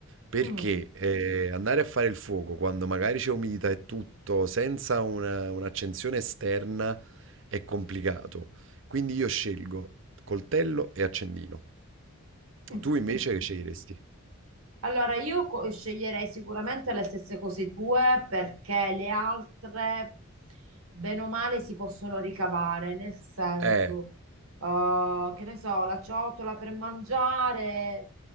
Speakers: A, on the right; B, on the right.
A: perché,
B: mm,
A: ehm, andare a fare il fuoco quando magari c'è umidità e tutto, senza una un'accensione esterna è complicato. Quindi io scelgo coltello e accendino.
B: mm,
A: Tu invece
B: mm.
A: che sceglieresti?
B: Allora, io co- sceglierei sicuramente le stesse cose tue perché le altre, bene o male, si possono ricavare, nel senso,
A: Eh,
B: eh, che ne so, la ciotola per mangiare,